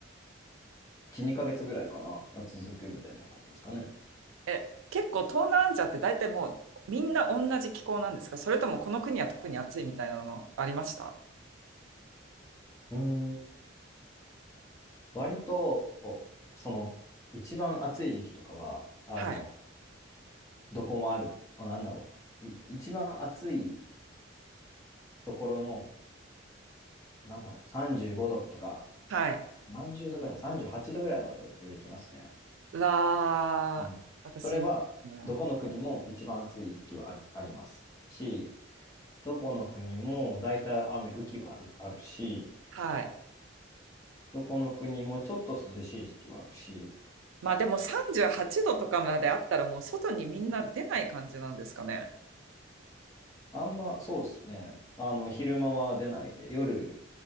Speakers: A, on the left; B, on the right.
A: 1、2ヶ月ぐらいかな、は続くみたいな感じですかね。
B: え、結構東南アジアって大体もうみんな同じ気候なんですかそれともこの国は特に暑いみたいなのありました
A: うーん割と、その、一番暑い時期とかは、あの、
B: はい、
A: どこもある、あなんだろう、い一番暑いところの、なんだろう、35度とか、
B: はい。
A: 何十度ぐらい、38度ぐらいまではですね、いきますね。
B: うわー、
A: うん。
B: 私、
A: それは、
B: うん、
A: どこの国も一番暑い時期はあり、ありますし、どこの国も大体雨、雨季はあり、あるし、
B: はい。
A: どこの国もちょっと涼しい時期はあるし、
B: まあでも38度とかまであったらもう外にみんな出ない感じなんですかね。
A: あんま、そうですね。あの、昼間は出ないで、夜